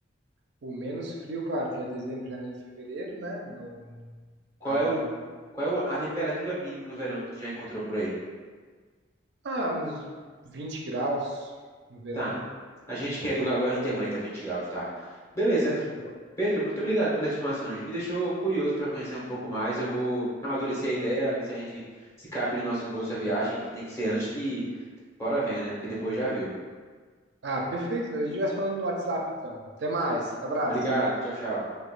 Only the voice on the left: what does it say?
Qual
é o,
qual é o- a temperatura mínima no verão que tu já encontrou por aí?
Tá. A gente que é do calor, a gente aguenta 20 graus, tá? Beleza.
Pedro, muito obrigado pelas informações. Me deixou curioso para conhecer um pouco mais. Eu vou amadurecer a ideia, ver se a gente se cabe no nosso bolso a viagem, que tem que ser antes que fora venha, né? Porque depois já viu.
Obrigado. Tchau, tchau.